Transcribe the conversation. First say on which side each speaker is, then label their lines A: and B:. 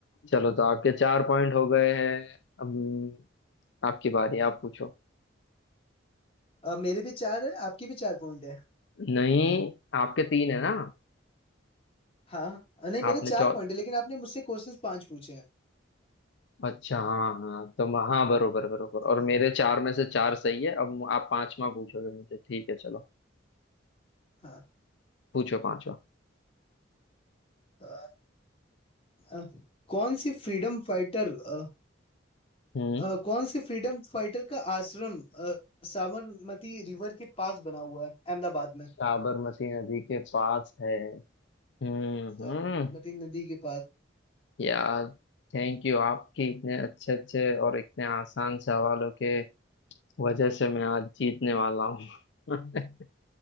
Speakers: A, on the left; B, on the left.
A: चलो तो आपके चार पॉइंट हो गए हैं अब आपकी बारी आप पूछो
B: अ, मेरे भी चार है आपके भी चार पॉइंट है
A: नहीं आपके तीन है ना
B: हाँ अ, नहीं मेरे
A: आपने
B: चार
A: चौ
B: पॉइंट है लेकिन आपने मुझसे क्वेश्चंस पांच पूछे हैं
A: अच्छा हाँ हाँ तो म- हाँ बरोबर बरोबर
B: हम्म,
A: और मेरे चार में से चार सही है अब मु- आप पांचवा पूछोगे मुझे ठीक है चलो
B: हाँ
A: पूछो पांचवा
B: अ, अ, कौन सी फ्रीडम फाइटर अ,
A: हम्म
B: अ, कौन से फ्रीडम फाइटर का आश्रम अ, साबरमती रिवर के पास बना हुआ है अहमदाबाद में
A: साबरमती नदी के पास है हम्म
B: साबरमती
A: हम्म,
B: नदी के पास
A: यार थैंक यू आपके इतने अच्छे अच्छे और इतने आसान सवालों के वजह से मैं आज जीतने वाला हूँ <laughs>